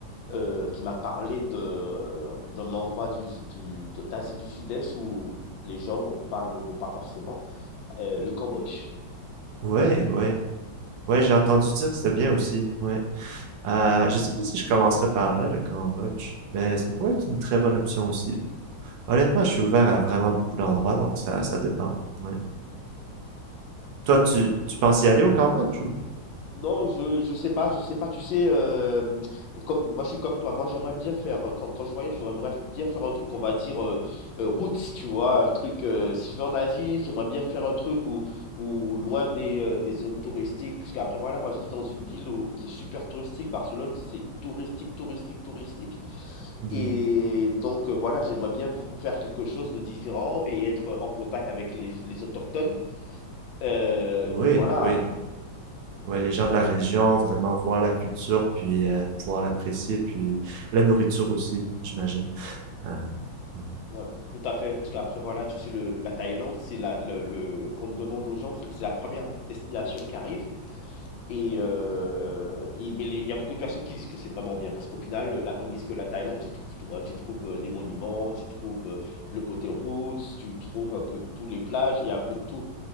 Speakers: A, on the left; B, on the right.
A: euh, qui m'a parlé de, d'un endroit du, du- de- d'Asie du Sud-Est où les gens n'ont pas, ne vont pas forcément, euh, le Cambodge.
B: Ouais, ouais. Ouais, j'ai entendu dire que c'était bien aussi. Ouais. Euh, je sais pas si je commencerai par là, le Cambodge, mais ça pourrait être une très bonne option aussi. Honnêtement, je suis ouvert à vraiment beaucoup d'endroits, donc ça, ça dépend. Ouais. Toi,
A: Ouais,
B: tu,
A: voilà.
B: tu penses y aller au Cambodge ou?
A: Non, je je sais pas, je sais pas. Tu sais, hem, comme moi, je suis comme toi. Moi, j'aimerais bien faire, heu, quand quand je voyage, j'aimerais bien faire un truc, on va dire, heu heu, roots, tu vois? Un truc, heu, si je vais en Asie, j'aimerais bien faire un truc où où loin des, heu, des zones touristiques. Puisqu'après, voilà, moi, je vis dans une ville où qui est super touristique. Barcelone, c'est touristique, touristique, touristique
B: Mhm.
A: et donc heu, voilà, j'aimerais bien vou faire quelque chose de différent et être en contact avec les les autochtones, heu
B: Oui,
A: et voilà.
B: oui. Ouais, les gens de la région, vraiment voir la culture, puis euh, pouvoir l'apprécier, puis la nourriture aussi, j'imagine. Euh, ouais,
A: Ouais, tout à fait, parce qu'après voilà, tu sais le la Thaïlande, c'est la le le qu'on demande aux gens, c'est la première destination qui arrive et, heu, et mais les il y a beaucoup de personnes qui disent que c'est vraiment bien parce qu'au final, la ils disent que la Thaïlande, tu trouves tout, hein. Tu trouves, heu, des monuments, tu trouves, heu, le côté roots, tu trouves un peu tous les plages, il y a un peu de tout.